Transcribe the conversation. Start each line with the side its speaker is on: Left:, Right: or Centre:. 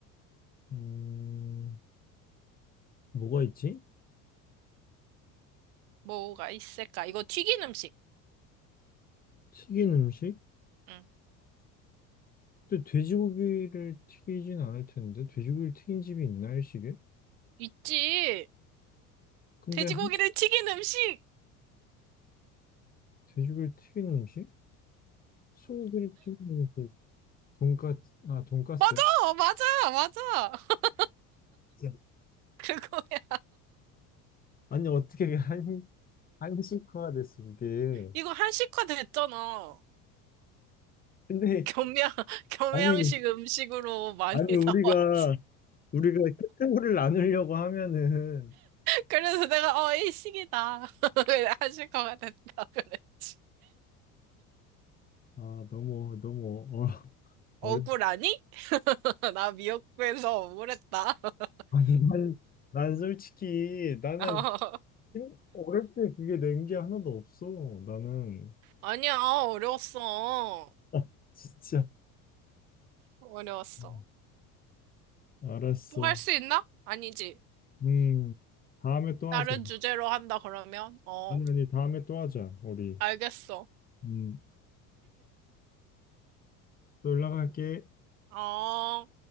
Left: 음, 뭐가 있지?
Right: 뭐가 있을까? 이거 튀긴 음식.
Left: 튀긴 음식?
Right: 응.
Left: 근데 돼지고기를 튀기진 않을 텐데 돼지고기를 튀긴 집이 있나 일식에?
Right: 있지.
Left: 근데
Right: 돼지고기를
Left: 한-
Right: 튀긴 음식!
Left: 돼지고기를 튀긴 음식? 소고기를 튀긴 음식? 돈까스 아 돈까스?
Right: 맞아! 맞아! 맞아! <laughs>
Left: 야,
Right: 그거야.
Left: 아니 어떻게 그게 한 한식화가 됐어 그게
Right: 이거 한식화 됐잖아.
Left: 근데
Right: 겸양, <laughs> 겸양식
Left: 아니
Right: 음식으로 많이
Left: 아니
Right: <laughs>
Left: 우리가
Right: 나왔지.
Left: 우리가 카테고리를 나누려고 하면은
Right: 그래서 내가, 어, 일식이다. <laughs> 그래, 한식화가 됐다. 그랬지.
Left: 아 너무 너무 어,
Right: 억울하니?
Left: 어렵.
Right: <laughs> 나 미역국에서 억울했다. <laughs>
Left: 아니 난, 난 솔직히 나는
Right: 어,
Left: 힘- 어릴 때 그게 낸 게 하나도 없어. 나는
Right: 아니야, 어, 어려웠어.
Left: 아, 진짜
Right: 어려웠어.
Left: 음, 알았어.
Right: 또 할 수 있나? 아니지.
Left: 음 다음에 또
Right: 다른
Left: 하자.
Right: 주제로 한다, 그러면? 어,
Left: 아니 아니 다음에 또 하자 우리.
Right: 알겠어.
Left: 음또 연락할게.
Right: 어.